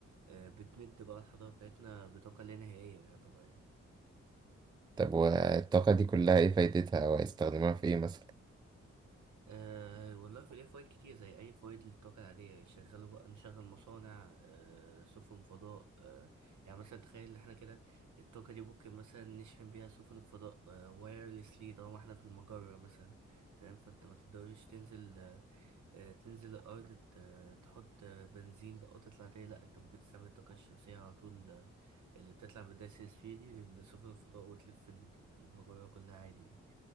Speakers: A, on the right; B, on the right.
A: آه، بتمد بقى الحضارة بتاعتنا بطاقة لا نهائية طبعا
B: طب والطاقة دي كلها إيه فايدتها وهيستخدموها في إيه مثلا؟
A: أه والله في ليه فوائد كتير زي أي فوائد للطاقة العادية يشغلوا بقى نشغل مصانع أه سفن فضاء أه يعني مثلا تخيل إن احنا كده الطاقة دي ممكن مثلا نشحن بيها سفن الفضاء أه وايرلسلي طالما احنا في المجرة مثلا فاهم فانت ما تقدرش تنزل أه آه، تنزل الأرض ت- تحط آه، بنزين بقى وتطلع تاني لأ انت ممكن تستعمل الطاقة الشمسية على طول آه، اللي بتطلع من الدايسن سفير دي لسفن الفضاء وتلف ال- المجرة كلها عادي يعني.